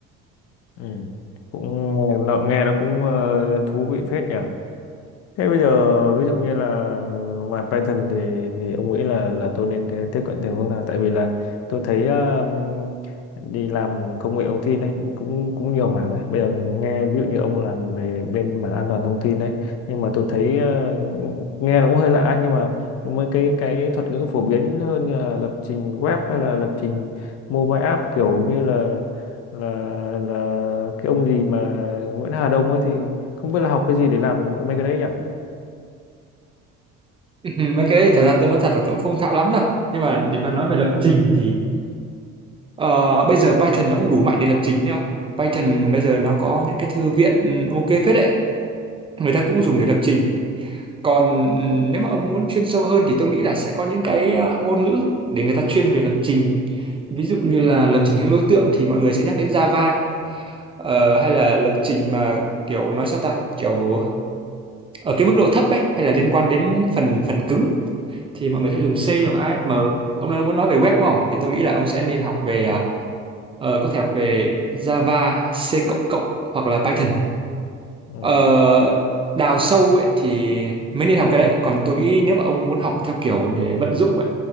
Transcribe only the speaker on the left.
ừ cũng nghe nó nghe nó cũng ờ, thú vị phết nhỉ Thế bây giờ ví dụ như là ngoài Python thì thì ông nghĩ là là tôi nên thế- tiếp cận theo hướng nào? Tại vì là tôi thấy um, đi làm công nghệ thông tin đấy cũng cũng nhiều mảng ấy. Bây giờ nghe ví dụ như ông làm về bên mảng an toàn thông tin đấy, nhưng mà tôi thấy uh, nghe nó cũng hơi lạ nhưng mà nhưng mà cái cái thuật ngữ phổ biến hơn như là lập trình web hay là lập trình mobile app kiểu như là là là cái ông gì mà Nguyễn Hà Đông ấy thì không biết là học cái gì để làm được mấy cái đấy nhỉ?
Ừ.
Ừ.